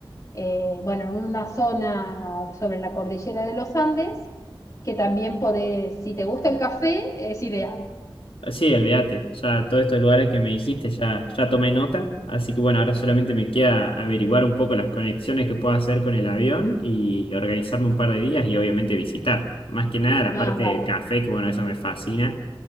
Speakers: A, on the left; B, on the left.
A: eh, bueno, en una zona sobre la cordillera de los Andes, que también podés, si te gusta el café, es ideal,
B: Sí, olvídate. Ya todos estos lugares que me dijiste ya, ya tomé nota. Así que bueno, ahora solamente me queda averiguar un poco las conexiones que puedo hacer con el avión y organizarme un par de días y obviamente visitar. Más que nada la
A: más
B: parte
A: vale.
B: del café, que bueno, eso me fascina.